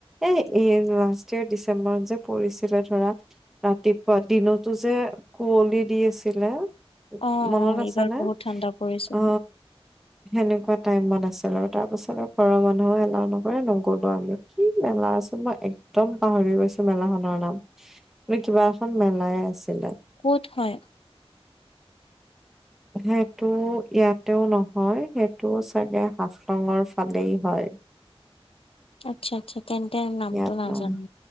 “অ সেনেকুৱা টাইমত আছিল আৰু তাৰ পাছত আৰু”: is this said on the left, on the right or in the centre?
Centre